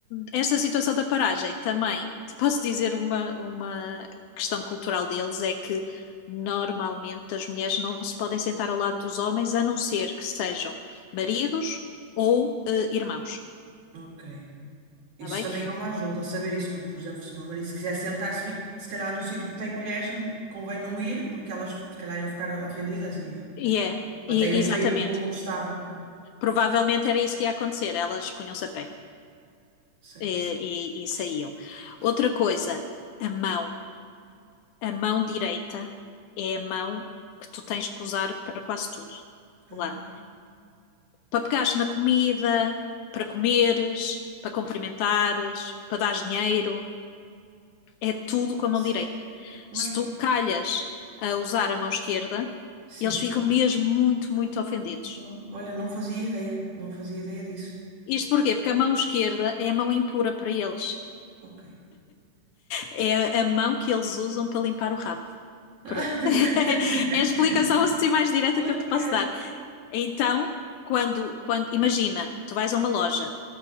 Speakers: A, on the left (about 80°); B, on the right (about 50°).
A: esta situação da paragem também, te posso dizer uma, uma questão cultural deles é que normalmente as mulheres não se podem sentar ao lado dos homens a não ser que sejam maridos ou eh, irmãos,
B: ok.
A: está
B: Isso
A: bem?
B: também é uma ajuda, saber isso, porque, por exemplo, se o meu marido se quiser sentar-se, vi- se calhar num sítio que tem mulheres, m- convém não ir, porque elas se calhar iam ficar ofendidas e
A: E é,
B: até
A: e-
B: iam sair
A: exatamente.
B: do, de onde estavam.
A: Provavelmente era isso que ia acontecer, elas punham-se a pé.
B: Certo.
A: e, e saíam. Outra coisa, a mão. A mão direita é a mão que tu tens que usar para quase tudo.
B: Ah,
A: Lá. Para pegares na comida, para comeres, para cumprimentares, para dar dinheiro, é tudo com a mão
B: sério.
A: direita.
B: Mas
A: Se tu calhas a usar a mão esquerda,
B: sim.
A: eles ficam mesmo muito, muito ofendidos.
B: Ah, olha, não fazia ideia, não fazia ideia disso.
A: Isto porquê? Porque a mão esquerda é a mão impura para eles.
B: Ok.
A: É a mão que eles usam para limpar o rabo. Pronto.
B: <laughs>
A: <laughs> é a explicação assim mais direta
B: Ok.
A: que eu te posso dar. Então, quando, quando imagina, tu vais a uma loja